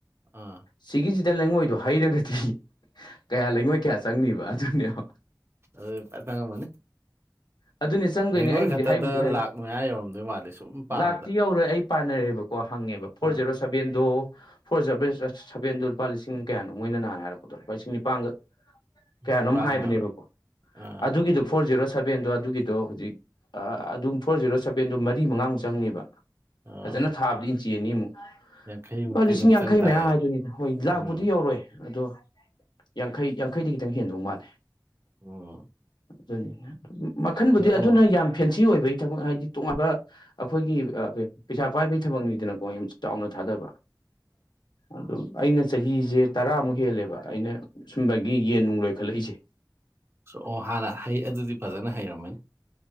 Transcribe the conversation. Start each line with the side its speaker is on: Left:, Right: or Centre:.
Right: ꯑꯥ
Left: ꯁꯤꯒꯤꯖꯤꯗ ꯂꯩꯉꯣꯏꯗꯣ ꯍꯩꯔꯒꯗꯤ ꯀꯌꯥ ꯂꯩꯉꯣꯏ ꯀꯌꯥ ꯆꯪꯅꯤꯕ ꯑꯗꯨꯅꯦꯕ
Right: ꯑꯗꯨ ꯐꯖꯟ ꯆꯪꯉꯝꯃꯅꯤ
Left: ꯑꯗꯨꯅꯦ ꯆꯪꯗꯣꯏꯅꯦ
Right: ꯂꯩꯉꯣꯏ
Left: ꯑꯩꯕꯨꯗꯤ
Right: ꯈꯛꯇꯗ
Left: ꯍꯥꯏꯕꯨꯗꯤ ꯍꯥꯏ
Right: ꯂꯥꯛ ꯃꯌꯥ ꯌꯧꯔꯝꯗꯣꯏ ꯃꯥꯜꯂ‌ꯦ ꯁꯨꯝ ꯄꯥꯕꯗ
Left: ꯂꯥꯛꯇꯤ ꯌꯧꯔꯣꯏ ꯑꯩ ꯄꯥꯟꯅꯔꯦꯕꯀꯣ ꯍꯪꯉꯦꯕ ꯐꯣꯔ
Right: ꯑꯥ
Left: ꯖꯦꯔꯣ ꯁꯚꯦꯟꯗꯣ ꯐꯣꯔꯖꯕ‌ꯦꯁ ꯆꯁ ꯁꯚꯦꯟꯗꯣ ꯂꯨꯄꯥ ꯂꯤꯁꯤꯡ ꯀꯌꯥꯅꯣ ꯃꯣꯏꯅ ꯅꯍꯥꯟ ꯍꯥꯏꯔꯛ ꯂꯨꯄꯥ ꯂꯤꯁꯤꯡ ꯅꯤꯄꯥꯟꯒ ꯀꯌꯥꯅꯣꯝ
Right: ꯅꯤꯄꯥꯥꯟꯃꯨꯛ
Left: ꯍꯥꯏꯕꯅꯦꯕꯀꯣ
Right: ꯍꯥꯏꯕ꯭ꯔꯥ ꯑꯥ
Left: ꯑꯗꯨꯒꯤꯗꯨ ꯐꯣꯔ ꯖꯦꯔꯣ ꯁꯚꯦꯟꯗꯣ ꯑꯗꯨꯒꯤꯗꯣ ꯍꯧꯖꯤꯛ ꯑꯗꯨꯝ ꯐꯣꯔ ꯖꯦꯔꯣ ꯁꯚꯦꯟꯗꯣ ꯃꯔꯤ ꯃꯉꯥꯃꯨꯛ ꯆꯪꯅꯤꯕ
Right: ꯑꯥ
Left: ꯐꯖꯅ ꯊꯥꯕꯤ ꯏꯟꯆꯤ ꯑꯅꯤ ꯑꯃꯨꯛ
Right: ꯌꯥꯡꯈꯩꯃꯨꯛꯇꯤ
Left: ꯂꯨꯄꯥ ꯂꯤꯁꯤꯡ
Right: ꯑꯗꯨꯝ
Left: ꯌꯥꯡꯈꯩ
Right: ꯆꯪ
Left: ꯃꯌꯥ
Right: ꯇꯥꯔꯦ
Left: ꯍꯥꯏꯗꯨꯅꯤꯗ ꯍꯣꯏ ꯂꯥꯛꯄꯨꯗꯤ
Right: ꯎꯝ
Left: ꯌꯧꯔꯣꯏ ꯑꯗꯣ ꯌꯥꯡꯈꯩ ꯌꯥꯡꯈꯩꯗꯤ ꯈꯤꯇꯪ ꯍꯦꯟꯗꯧ ꯃꯥꯜꯂꯦ
Right: ꯑꯣ
Left: ꯑꯗꯨꯅꯤ ꯃꯈꯟꯕꯨꯗꯤ ꯑꯗꯨꯅ
Right: ꯑꯣ
Left: ꯌꯥꯝ ꯐꯦꯟꯁꯤ ꯑꯣꯏꯕꯩ ꯊꯕꯛ ꯍꯥꯏꯗꯤ ꯇꯣꯡꯉꯥꯟꯕ ꯑꯈꯣꯏꯒꯤ ꯑ ꯄꯩꯁꯥ ꯄꯥꯏꯕꯩ ꯊꯕꯛꯅꯤꯗꯅꯀꯣ ꯌꯥꯝ ꯆꯥꯎꯅ ꯊꯥꯗꯕ ꯑꯗꯨꯝ ꯑꯩꯅ ꯆꯍꯤꯖꯦ ꯇꯔꯥꯃꯨꯛ ꯍꯦꯜꯂꯦꯕ ꯑꯩꯅ ꯁꯨꯝꯕꯒꯤ ꯌꯦꯟ ꯅꯨꯡ ꯂꯣꯏꯈꯠꯂꯛꯏꯖꯦ
Right: ꯑꯣ ꯍꯥꯟꯅ ꯍꯩ ꯑꯗꯨꯗꯤ ꯐꯖꯅ ꯍꯩꯔꯝꯃꯅꯤ